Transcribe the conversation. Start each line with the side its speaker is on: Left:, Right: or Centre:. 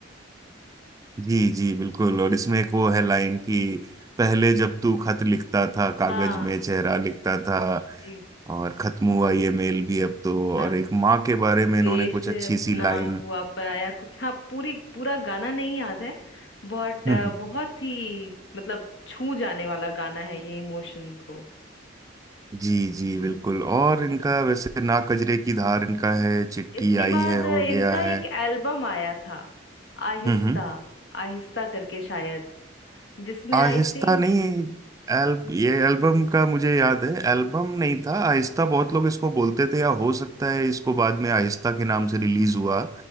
Right: जी जी बिल्कुल और इसमें एक वो है लाइन कि पहले जब तू खत लिखता था कागज
Left: हाँ
Right: में चेहरा लिखता था
Left: जी
Right: और खत्म हुआ ये मेल भी अब तो
Left: ना
Right: और एक माँ के बारे में
Left: देश
Right: इन्होंने कुछ
Left: अपना
Right: अच्छी सी लाइन
Left: हुआ पराया कुछ हाँ पूरी पूरा गाना नहीं याद है बट
Right: <laughs>
Left: बहुत ही मतलब छू जाने वाला गाना है ये इमोशन को
Right: जी जी
Left: जी
Right: बिल्कुल और इनका वैसे ना कजरे की धार इनका है चिट्ठी
Left: इसके बाद
Right: आई है हो
Left: इनका
Right: गया है
Left: एक एल्बम आया था आहिस्ता
Right: हम्म हम्म।
Left: आहिस्ता करके शायद जिसमें
Right: आहिस्ता
Left: आई थिंक
Right: नहीं एल, ये एल्बम का मुझे याद है एल्बम नहीं था आहिस्ता बहुत लोग इसको बोलते थे या हो सकता है इसको बाद में आहिस्ता के नाम से रिलीज हुआ